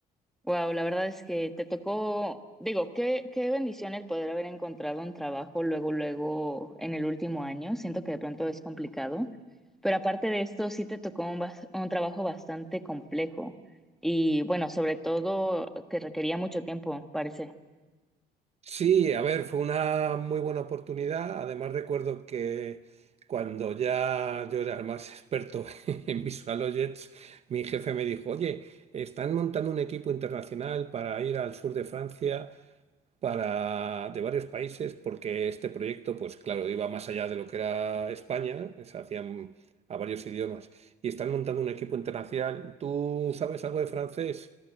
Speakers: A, in the centre; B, on the right.
A: Wow, la verdad es que te tocó, digo, qué, qué bendición el poder haber encontrado un trabajo luego, luego en el último año. Siento que de pronto es complicado, pero aparte de esto, sí te tocó un, bas- un trabajo bastante complejo y bueno, sobre todo que requería mucho tiempo, parece.
B: Sí, a ver, fue una muy buena oportunidad. Además recuerdo que cuando ya yo era el más experto <laughs> en VisualOyets, mi jefe me dijo, oye, están montando un equipo internacional para ir al sur de Francia para, de varios países, porque este proyecto, pues claro, iba más allá de lo que era España, eh, se hacían a varios idiomas, y están montando un equipo internacional. ¿Tú sabes algo de francés?